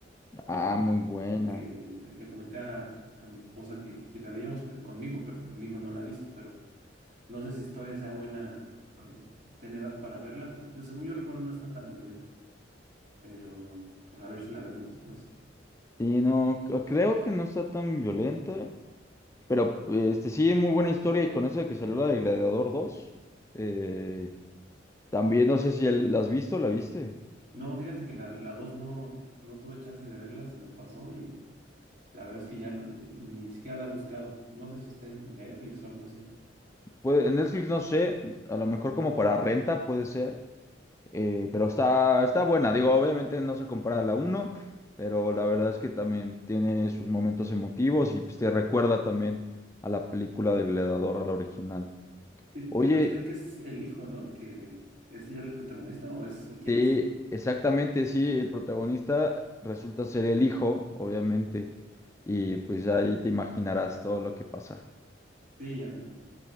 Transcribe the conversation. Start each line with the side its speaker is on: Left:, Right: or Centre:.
Left: ah,
Right: eh,
Left: muy buena.
Right: porque le, le comenté a, a mi esposa que, que si la veíamos pe- con mi hijo, pero mi hijo no la ha visto, pero no sé si todavía sea buena, eh, esté en edad para verla. Pues yo, según yo recuerdo, no está tan violenta, pero pues a ver si la vemos después.
Left: Sí, no, c- creo que no está tan violenta, pero este sí es muy buena historia y con eso de que salió la de Gladiador dos eh, también no sé si el- la has visto, ¿la viste?
Right: No, fíjate que la, la 2 no, no tuve chance de verla, se me pasó y la verdad es que ya no- ni siquiera la he buscado. No sé si está en Netflix o algo así.
Left: Puede- en Netflix no sé, a lo mejor como para renta puede ser, eh, pero está, está buena. Digo, obviamente no se compara a la uno, pero la verdad es que también tiene sus momentos emotivos y pues te recuerda también a la película del Gladiador, a la original.
Right: Y
Left: Oye,
Right: tengo entendido que es el hijo, ¿no? El que es ya el protagonista o es o quién
Left: sí,
Right: es.
Left: exactamente, sí, el protagonista resulta ser el hijo, obviamente, y pues ahí te imaginarás todo lo que pasa.
Right: Sí, ya me imagino.